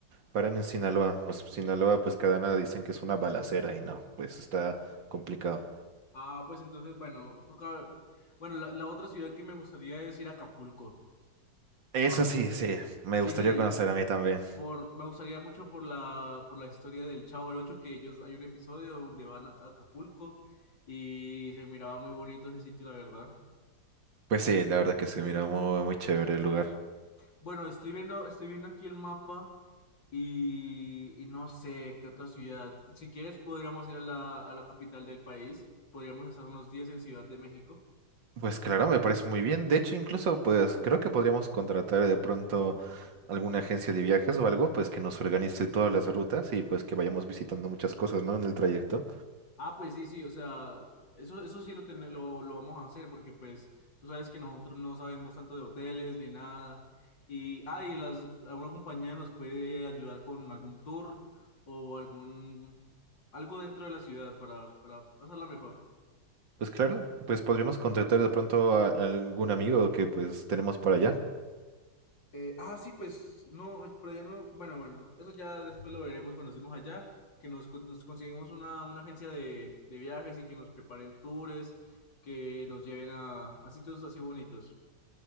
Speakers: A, on the right; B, on the left.
A: Paran en Sinaloa. Pues Sinaloa, pues Cadena dicen que es una balacera y no, pues está complicado.
B: Ah, pues entonces, bueno, toca. Bueno, la, la otra ciudad que me gustaría es ir a Acapulco.
A: Eso
B: Por.
A: sí, sí, me
B: Sí,
A: gustaría
B: sí.
A: conocer a mí también.
B: Por, me gustaría mucho por la, por la historia del Chavo del Ocho, que ellos hay un episodio donde van a, a Acapulco y se miraba muy bonito ese sitio, la verdad.
A: Pues sí, la verdad que se mira muy, muy chévere el lugar.
B: Bueno, estoy viendo, estoy viendo aquí el mapa y, y no sé qué otra ciudad. Si quieres, podríamos ir a la, a la capital del país. Podríamos estar unos días en Ciudad de México.
A: Pues claro, me parece muy bien. De hecho, incluso, pues creo que podríamos contratar de pronto alguna agencia de viajes o algo, pues que nos organice todas las rutas y pues que vayamos visitando muchas cosas, ¿no? En el trayecto.
B: Ah, pues sí, sí, o sea, eso, eso sí lo, ten- lo, lo vamos a hacer porque pues tú sabes que nosotros no sabemos tanto de hoteles ni nada. Y, ah, y las, alguna compañía nos puede ayudar con algún tour o algún, algo dentro de la ciudad para, para pasarla mejor.
A: Pues claro, pues podríamos contratar de pronto a algún amigo que pues tenemos por allá.
B: Eh, ah, sí, pues no, pero ya no, bueno, bueno, no, eso ya después lo veremos cuando estemos allá, que nos, con- nos conseguimos una, una agencia de, de viajes y que nos preparen tours, que nos lleven a, a sitios así bonitos.